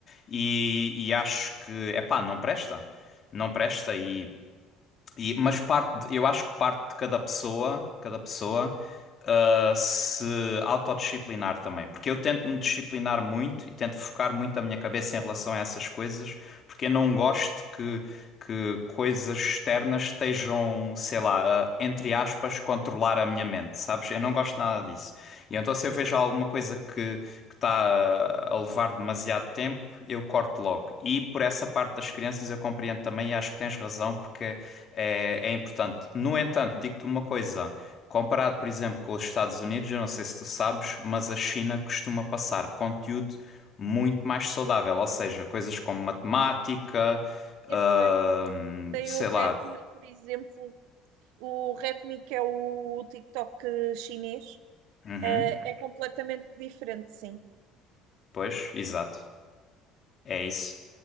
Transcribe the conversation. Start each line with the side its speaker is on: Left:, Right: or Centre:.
Left: E, e acho que, epá, não presta. Não presta e e- mas parte, de- eu acho que parte de cada pessoa, cada pessoa, ah, se autodisciplinar também. Porque eu tento me disciplinar muito e tento focar muito a minha cabeça em relação a essas coisas, porque eu não gosto que, que coisas externas estejam, sei lá, a, entre aspas, controlar a minha mente, sabes? Eu não gosto nada disso. E então se eu vejo alguma coisa que que está a levar demasiado tempo, eu corto logo. E por essa parte das crianças eu compreendo também e acho que tens razão porque é, é importante. No entanto, digo-te uma coisa. Comparado, por exemplo, com os Estados Unidos, eu não sei se tu sabes, mas a China costuma passar conteúdo muito mais saudável, ou seja, coisas como matemática,
Right: Eu
Left: ahm,
Right: sei, tem
Left: sei
Right: o Redmi,
Left: lá.
Right: por exemplo, o Redmi que é o TikTok chinês,
Left: Uhum,
Right: eh, é completamente diferente, sim.
Left: pois, exato. É isso.